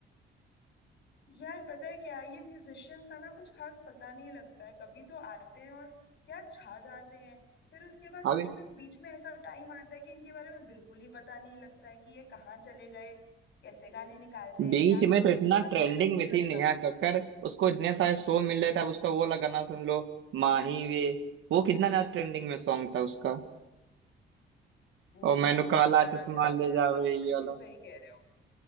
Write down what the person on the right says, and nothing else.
अभी
बीच
में
तो
इतना
ट्रेंडिंग
में थी
नेहा कक्कड़ उसको इतने सारे शो मिल रहे थे अब उसका वो वाला गाना सुन लो माही वे वो कितना ज्यादा ट्रेंडिंग में सॉन्ग था उसका
और
मैनू
काला
चश्मा
ले
जावे
ये
वाला